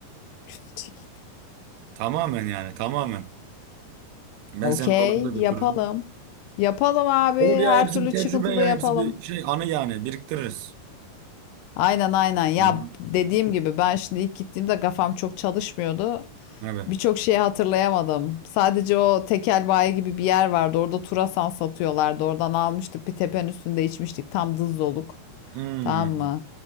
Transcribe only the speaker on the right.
Tamamen yani tamamen. Ben
seni oralara da götürürüm.
Olur
ya hepsi
bir tecrübe
ya
hepsi bir şey anı yani biriktiririz.
Hı hı.
Evet.
Hmm.